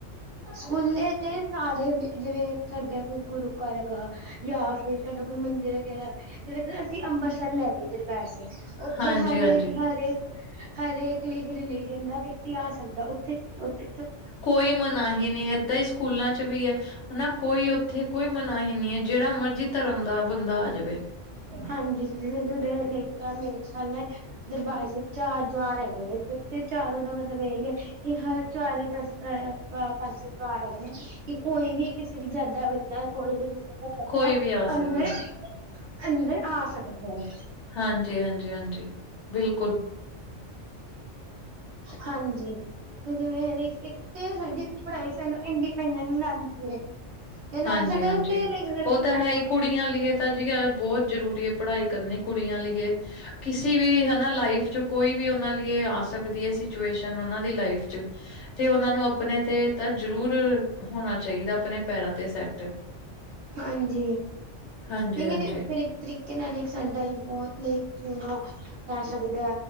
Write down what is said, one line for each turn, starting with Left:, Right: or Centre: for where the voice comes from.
Right: ਸਕੂਲੇ ਤੇ ਸਾਰੇ ਜਿਵੇਂ ਸਾਡਾ ਕੋਈ ਗੁਰੂ ਘਰ ਹੈਗਾ। ਯਾ ਫਿਰ ਸਾਡਾ ਕੋਈ ਮੰਦਿਰ ਹੈਗਾ ਤੇ <unintelligible> ਅਸੀਂ ਅੰਬਰਸਰ ਲੈਂਦੇ ਦਰਬਾਰ ਸਾਹਿਬ, ਓਥੇ
Left: ਹਾਂਜੀ
Right: ਹਰੇਕ-ਹਰੇਕ
Left: ਹਾਂਜੀ
Right: ਹਰੇਕ ਲਈ ਰਿਲੀਜਨ ਦਾ ਵਿਅਕਤੀ ਆ ਸਕਦਾ। ਤੇ ਓਥੇ
Left: ਕੋਈ ਮਨਾਹੀ ਨਹੀਂ, ਏਦਾਂ ਈ ਸਕੂਲਾਂ 'ਚ ਵੀ ਹੈ ਹਨਾ ਕੋਈ ਓਥੇ ਕੋਈ ਮਨਾਹੀ ਨੀ ਐ, ਜਿਹੜਾ ਮਰਜ਼ੀ ਧਰਮ ਦਾ ਬੰਦਾ ਆ ਜਾਵੇ।
Right: ਹਾਂਜੀ ਜੀ <unintelligible> ਮੇਰੇ ਖਿਆਲ ਨਾਲ ਦਰਬਾਰ ਸਾਹਬ ਚਾਰ ਦਵਾਰ ਹੈਗੇ ਨੇ, ਓਥੇ ਚਾਰੋਂ ਦਾ ਮਤਲਬ ਐ ਹੀ ਐ ਕਿ ਹਰ <unintelligible> ਪਾਸੇ ਦਵਾਰ ਹੈਗੇ ਨੇ। ਕਿ ਕੋਈ ਵੀ ਕਿਸੇ ਵੀ ਜਾਤ ਦਾ ਬੰਦਾ ਕੋਈ ਵੀ ਬੰਦਾ
Left: ਕੋਈ ਵੀ ਆ ਸਕਦਾ
Right: ਅੰਦਰ, ਅੰਦਰ ਆ ਸਕਦਾ ਐ।
Left: ਹਾਂਜੀ, ਹਾਂਜੀ, ਹਾਂਜੀ ਬਿਲਕੁਲ।
Right: ਹਾਂਜੀ। ਤੇ ਜਿਵੇਂ ਹੁਨ ਇੱਕ, ਇੱਕ ਤੇ ਸਾਡੀ ਪੜ੍ਹਾਈ ਸਾਨੂੰ ਇੰਡੀਪੈਂਡਟ ਬਨਾਦੀ ਏ। ਤੇ
Left: ਹਾਂਜੀ-ਹਾਂਜੀ।
Right: ਨਾਲ ਸਾਡੇ <unintelligible>
Left: ਉਹ ਤਾਂ ਹੈ ਹੀ ਕੁੜੀਆਂ ਲਈਏ ਤਾਂ ਜੀ ਐ ਬੋਤ ਜ਼ਰੂਰੀ ਐ, ਪੜ੍ਹਾਈ ਕਰਨੀ ਕੁੜੀਆਂ ਲੀਯੇ। ਕਿਸੇ ਵੀ ਹਨਾ, ਲਾਈਫ 'ਚ ਕੋਈ ਵੀ ਓਨਾਂ ਲੀਯੇ ਆ ਸਕਦੀ ਏ ਸਿਚੁਏਸ਼ਨ ਓਨਾਂ ਦੀ ਲਾਈਫ 'ਚ। ਤੇ ਓਨਾਂ ਨੂੰ ਅਪਨੇ ਤੇ ਤਾਂ ਜ਼ਰੂਰ ਹੋਣਾ ਚਾਹੀਦਾ ਅਪਨੇ ਪੈਰਾਂ ਤੇ ਸੈਟ।
Right: ਹਾਂਜੀ,
Left: ਹਾਂਜੀ-ਹਾਂਜੀ,
Right: ਲੇਕਿਨ ਫਿਰ ਇੱਕ ਤਰੀਕੇ ਨਾਲ ਇੱਕ ਸਾਡਾ ਬੋਤ <unintelligible> <unintelligible> ਅਸੀਂ